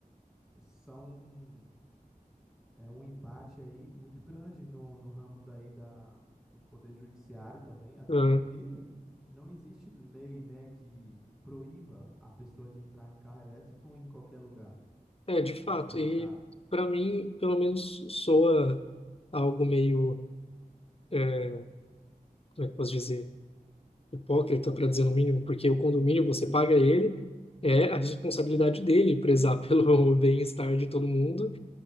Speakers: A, in the centre; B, on the left (about 40°).
A: são é um embate aí muito grande no, no ramo daí da, do Poder Judiciário também, até
B: aham.
A: porque não existe lei, né, que proíba a pessoa de entrar em carro elétrico em qualquer lugar.
B: É, de fato,
A: Então,
B: e
A: a ca...
B: para mim, pelo menos soa. algo meio, é, como é que eu posso dizer, hipócrita, para dizer no mínimo, porque o condomínio você paga ele, é a responsabilidade dele prezar pelo <laughs> bem-estar de todo mundo